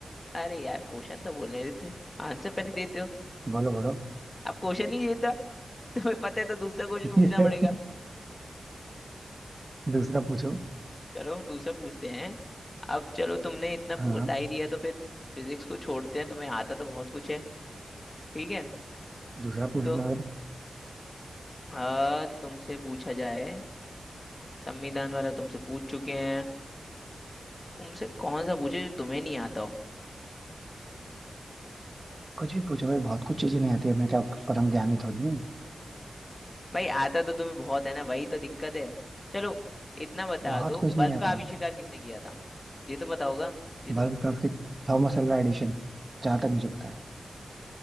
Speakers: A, on the left; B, on the right.
A: अरे यार क्वेश्चन तो बोलने देते आंसर पहले देते हो
B: बोलो बोलो
A: अब क्वेश्चन ही देता तुम्हें पता है तो दूसरा क्वेश्चन
B: <laughs>
A: पूछना पड़ेगा
B: दूसरा पूछो
A: चलो दूसरा पूछते हैं अब चलो तुमने इतना पू-
B: हाँ
A: बता ही दिया तो फिर फिजिक्स को छोड़ते हैं तुम्हें आता तो बहुत कुछ है ठीक है
B: दूसरा पूछ
A: तो
B: लो यार
A: आ, तुमसे पूछा जाए संविधान वाला तुमसे पूछ चुके हैं तुमसे कौन सा पूछे जो तुम्हें नहीं आता हो
B: कुछ भी पूछो भाई बहुत कुछ चीजें नहीं आती है मैं क्या परम ज्ञानी थोड़ी हूँ
A: भाई आता तो तुम्हें बहुत है ना वही तो दिक्कत है चलो इतना बता
B: बहुत
A: दो
B: कुछ
A: बल्ब
B: नहीं आता
A: का आविष्कार किसने किया था ये तो पता होगा ये तो
B: बल्ब कर्व के थॉमस अल्वा एडिशन जहां तक मुझे पता है